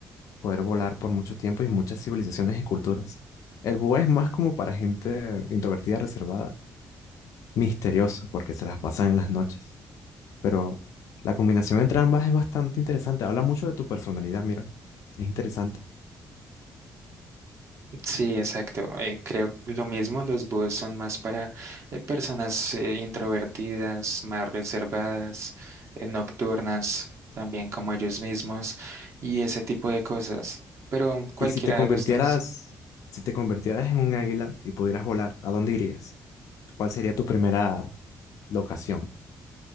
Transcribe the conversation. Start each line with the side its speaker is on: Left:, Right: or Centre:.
Left: poder volar por mucho tiempo y muchas civilizaciones y culturas. El búho es más como para gente introvertida, reservada, misteriosa, porque se las pasan en las noches. Pero la combinación entre ambas es bastante interesante. Habla mucho de tu personalidad, mira. Es interesante.
Right: Sí, exacto. eh, creo lo mismo, los búhos son más para eh, personas eh, introvertidas, más reservadas, eh, nocturnas, también como ellos mismos y ese tipo de cosas, pero cualquiera
Left: Y si te convirtieras,
Right: de los dos.
Left: si te convirtieras en un águila y pudieras volar, ¿a dónde irías? ¿Cuál sería tu primera locación?